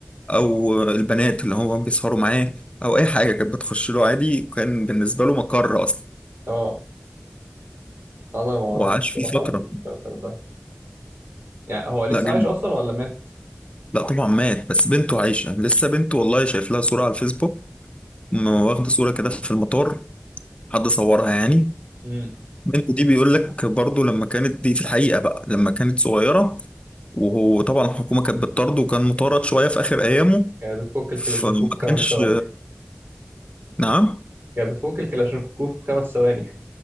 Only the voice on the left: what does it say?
او البنات اللي هو بيسهروا معاه او اي حاجه كانت بتخش له عادي وكان بالنسبه له مقر اصلا
وعاش
فيه فتره
لا جدا
لا طبعا مات بس بنته عايشه لسه بنته والله شايف لها صوره على الفيسبوك م- واخده صوره كده في المطار حد صورها يعني
بنته دي بيقول لك برضه لما كانت دي في الحقيقه بقى لما كانت صغيره وهو طبعا الحكومه كانت بتطرده وكان مطارد شويه في اخر ايامه
فما
كانش
نعم